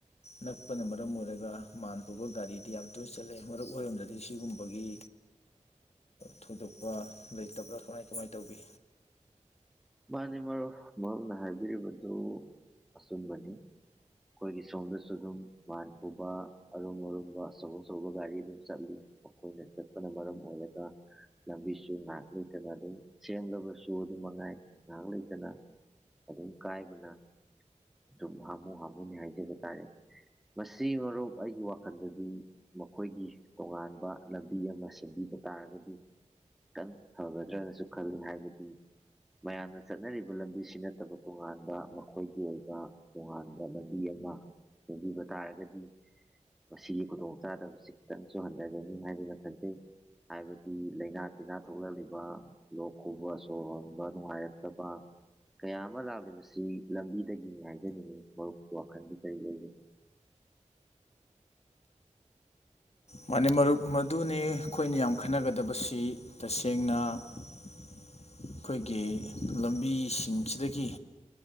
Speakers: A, on the left; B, in the centre.
A: ꯅꯛꯄꯅ ꯃꯔꯝ ꯑꯣꯏꯔꯒ ꯃꯥꯟ ꯄꯨꯕ ꯒꯥꯔꯤꯗꯤ ꯌꯥꯝ ꯇꯣꯏ ꯆꯠꯂꯦ ꯃꯔꯨꯞ ꯑꯣꯏꯔꯣꯝꯗꯗꯤ ꯁꯤꯒꯨꯝꯕꯒꯤ ꯊꯣꯏꯗꯣꯛꯄ ꯂꯩꯇꯕ꯭ꯔꯥ ꯀꯃꯥꯏ ꯀꯃꯥꯏ ꯇꯧꯕꯤ
B: ꯃꯥꯅꯦ ꯃꯔ ꯃꯔꯨꯞꯅ ꯍꯥꯏꯕꯤꯔꯤꯕꯗꯨ ꯑꯆꯨꯝꯕꯅꯤ ꯑꯩꯈꯣꯏꯒꯤ ꯁꯣꯝꯗꯁꯨ ꯑꯗꯨꯝ ꯃꯥꯟ ꯄꯨꯕ ꯑꯔꯨꯝ ꯑꯔꯨꯝꯕ ꯑꯆꯧ ꯑꯆꯧꯕ ꯒꯥꯔꯤ ꯑꯗꯨꯝ ꯆꯠꯂꯤ ꯃꯈꯣꯏꯅ ꯆꯠꯄꯅ ꯃꯔꯝ ꯑꯣꯏꯔꯒ ꯂꯝꯕꯤꯁꯨ ꯉꯥꯏꯍꯥꯛ ꯂꯩꯇꯅ ꯑꯗꯨꯝ ꯁꯦꯝꯂꯕꯁꯨ ꯑꯗꯨꯝ ꯃꯉꯥꯏ ꯉꯥꯏꯍꯥꯛ ꯂꯩꯇꯅ ꯑꯗꯨꯝ ꯀꯥꯏꯕꯅ ꯁꯨꯝ ꯍꯥꯝꯃꯨ ꯍꯥꯝꯃꯨꯅꯤ ꯍꯥꯏꯖꯕ ꯇꯥꯔꯦ ꯃꯁꯤ ꯃꯔꯨꯞ ꯑꯩꯒꯤ ꯋꯥꯈꯜꯗꯗꯤ ꯃꯈꯣꯏꯒꯤ ꯇꯣꯉꯥꯟꯕ ꯂꯝꯕꯤ ꯑꯃ ꯁꯦꯝꯕꯤꯕ ꯇꯥꯔꯒꯗꯤ ꯈꯤꯇꯪ ꯐꯒꯗ꯭ꯔꯅꯁꯨ ꯈꯜꯂꯤ ꯍꯥꯏꯕꯗꯤ ꯃꯌꯥꯝꯅ ꯆꯠꯅꯔꯤꯕ ꯂꯝꯕꯤꯁꯤ ꯅꯠꯇꯕ ꯇꯣꯉꯥꯟꯕ ꯃꯈꯣꯏꯒꯤ ꯑꯣꯏꯕ ꯇꯣꯉꯥꯟꯕ ꯂꯝꯕꯤ ꯑꯃ ꯁꯦꯝꯕꯤꯕ ꯇꯥꯔꯒꯗꯤ ꯃꯁꯤꯒꯤ ꯈꯨꯗꯣꯡ ꯆꯥꯗꯕꯁꯤꯇꯪꯁꯨ ꯍꯟꯊꯒꯅꯤ ꯍꯥꯏꯗꯅ ꯈꯟꯖꯩ ꯍꯥꯏꯕꯗꯤ ꯂꯩꯥꯏꯅꯥ ꯇꯤꯟꯅꯥ ꯊꯣꯛꯂꯛꯂꯤꯕ ꯂꯣꯛ ꯈꯨꯕ ꯁꯣꯔ ꯍꯣꯟ ꯅꯨꯡꯉꯥꯏꯔꯛꯇꯕ ꯀꯌꯥ ꯑꯃ ꯂꯥꯛꯂꯤ ꯃꯁꯤ ꯂꯝꯕꯤꯗꯒꯤꯅꯤ ꯍꯥꯏꯖꯅꯤꯡꯉꯤ ꯃꯔꯨꯞꯀꯤ ꯋꯥꯈꯜꯗꯤ ꯀꯔꯤ ꯂꯩꯕꯒꯦ
A: ꯃ ꯃꯔꯨꯞ ꯃꯗꯨꯅꯤ ꯑꯩꯈꯣꯏꯅ ꯌꯥꯝ ꯈꯟꯅꯒꯗꯕꯁꯤ ꯇꯁꯦꯡꯅ ꯑꯩꯈꯣꯏꯒꯤ ꯂꯝꯕꯤꯁꯤꯡꯁꯤꯗꯒꯤ